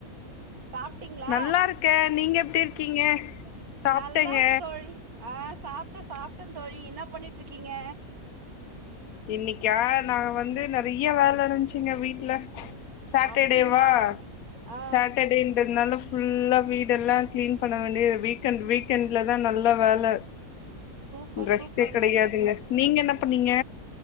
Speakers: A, on the right; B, on the left.
A: சாப்டீங்களா
B: நல்லா இருக்கே நீங்க எப்டி இருக்கீங்க சாப்ட்டேங்க
A: நல்லா இருக்க தோழி ஆஸ் சாப்ட சாப்டந் தோழி என்ன பண்ணிட்டு இருக்கீங்க
B: இன்னிக்கா நா வந்து நறைய வேல இருஞ்சுங்க வீட்ல சாட்டடேவா
A: அப்டிங்களா ஆ
B: சாட்டடே எப்டி இருந்தாலு ஃபுல்லா வீடெல்லா கிளீன் பண்ண வேண்டியது வீக்கண்ட் வீக்கெண்ட்லதா நல்லா வேல
A: சூப்பர்
B: ரெஸ்ட்டே
A: சூப்பருங்க
B: கெடையாதுங்க
A: ஆ
B: நீங்க என்னப் பண்ணீங்க